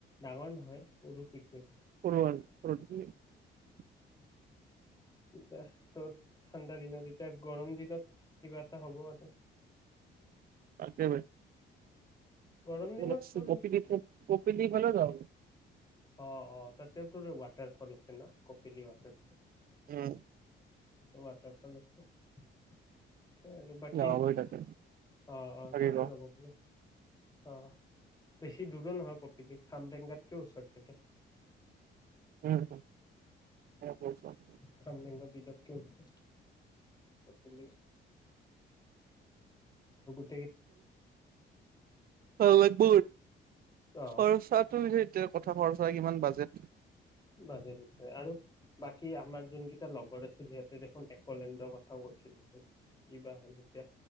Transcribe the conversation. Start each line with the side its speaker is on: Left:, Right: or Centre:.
Left: ডাঙৰ নহয়, সৰু।
Right: <unintelligible>
Left: পিকনিক <unintelligible> ঠাণ্ডা দিনত এতিয়া গৰম দিনত কিবা এটা হ'ব আৰু।
Right: তাকে। <unintelligible>
Left: গৰম দিনত তোৰ
Right: কপ-কপিলী ফালে যাব পাৰোঁ।
Left: অহ, অহ। তাতেও তোৰ ৱাটাৰফল আছে ন? কপিলী ৱাটাৰফল।
Right: উম।
Left: এটা ৱাটাৰফল আছে। তাকে আৰু বাকী,
Right: যাব
Left: অহ,
Right: পাৰি তাতে
Left: অহ,
Right: তাকে
Left: তাতে
Right: ক
Left: যাব পাৰি। অহ। বেছি দূৰো নহয় কপিলী। খামটেঙগাতকেও ওচৰত। তাকে।
Right: উম। <unintelligible>
Left: খামৰেংগা বিলতকে উচৰ কপিলী। <unintelligible>
Right: অ', লাগভ
Left: অ
Right: খৰচাটো এতিয়া কথা ক' হয় কিমান বাজেট?
Left: মাজেদিট আৰু বাকী আমাৰ যোন কেইটা লগৰ আছিল সিহঁতে দেখোন একলেণ্ডৰ কথাও কৈছিল কিবা হ'ল এতিয়া।